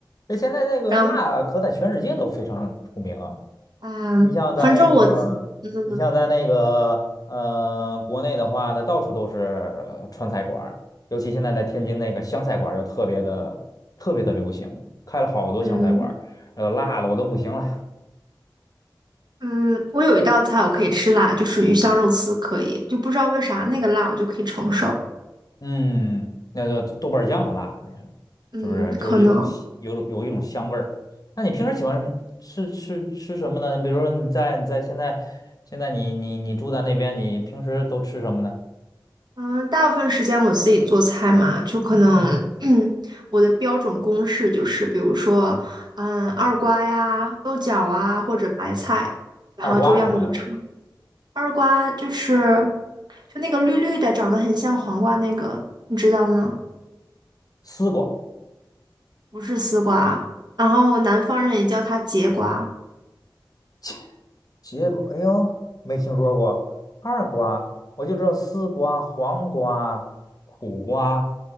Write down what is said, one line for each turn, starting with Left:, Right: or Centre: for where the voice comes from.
Left: 那现在那个辣可在全世界都非常出名啊，
Right: 然后，嗯，
Left: 你像咱那个，
Right: 反正我自嗯
Left: 你像咱那个，呃，国内的话呢，到处都是呃川菜馆儿尤其现在在天津那个湘菜馆儿又特别的特别的流行，开了好多湘菜馆儿呃，
Right: 嗯
Left: 辣的我都不行了，
Right: 嗯，我有一道菜我可以吃辣，就是鱼香肉丝可以，就不知道为啥那个辣我就可以承受。
Left: 嗯，那叫豆瓣酱的辣，那是是不是？
Right: 嗯，
Left: 就是有种香有有一种香味儿。
Right: 可能。
Left: 那你平时喜欢吃吃吃什么呢？比如说你在你在现在现在你你你住在那边，你平时都吃什么呢？
Right: 嗯，大部分时间我自己做菜嘛，就可能，
Left: 嗯，
Right: <clears throat> 我的标准公式就是，比如说，嗯，二瓜呀、豆角啊，或者白菜，然后就要么就炒
Left: 二瓜是什么东西？
Right: 二瓜，就是就那个绿绿的，长得很像黄瓜那个，你知道吗？
Left: 丝瓜、
Right: 不是丝瓜，然后南方人也叫它节瓜。
Left: <laughs> 结果，哎呦，没听说过二瓜，我就知道丝瓜、黄瓜、苦瓜，